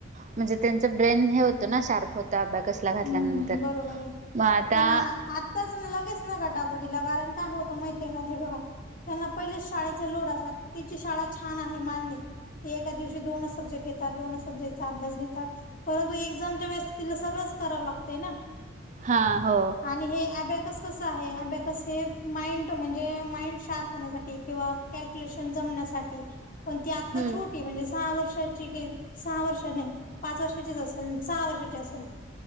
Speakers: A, on the right; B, on the left.
A: म्हणजे त्यांचं ब्रेन हे होतं ना शार्प. ते अबॅकस ला घातल्यानंतर,
B: हम्म बरोबर आहे
A: मग आता
B: पण <unintelligible> लगेच नका टाकू तीला, कारण काय होतं माहिती आहे का? हे बघा. त्यांना पहिलेच शाळेचा लोड असात. तिची शाळा छान आहे मान्य. ते एका दिवशी दोनच सब्जेक्ट घेतात. दोनच सब्जेक्टचा अभ्यास घेतात परंतु एक्झामच्या वेळेस तिला सगळंच करावं लागतंय ना?
A: हा हो.
B: आणि हे अबॅकस कसं आहे अबॅकस हे माइंड म्हणजे माइंड शार्प होण्यासाठी किंवा कॅल्क्युलेशन जमण्यासाठी पण ती आता
A: हम्म
B: छोटी म्हणजे सहा वर्षा चिगिर सहा वर्ष नाही पाच वर्षाची असेल सहा वर्षाची असेल